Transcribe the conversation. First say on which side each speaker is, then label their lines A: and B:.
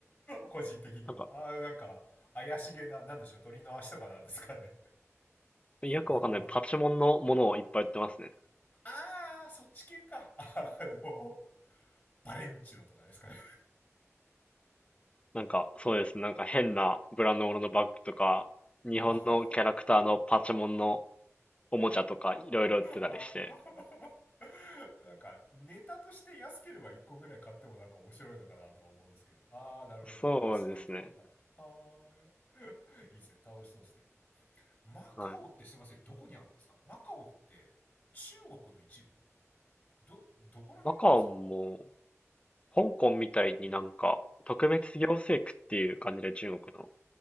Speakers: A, on the left; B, on the left.
A: 個人的には。
B: なんか
A: ああ、なんか、怪しげな、なんでしょう、鳥の足とかなんですかね。
B: よくわかんないパチモンのものをいっぱい売ってますね。
A: <laughs> 豚の。ああ、そっち系か。あの、バレンチノとかですかね。
B: なんかそうですね、なんか変なブランドもののバッグとか、日本のキャラクターのパチモンの
A: あ
B: おもちゃとかいろいろ売ってたりして、
A: あ、<laughs> あなんか、ネタとして安ければ1個ぐらい買ってもなんか面白いのかなとは思うんですけど。ああ、なるほど。
B: そうですね。
A: あそういうところが。はーい。いいですね。楽しそうですね。マカオってすいません、
B: はい。
A: どこにあるんですかマカオって中国の一部ど、どこら辺なんですかマ
B: マカオも、香港みたいになんか特別行政区っていう感じで中国の、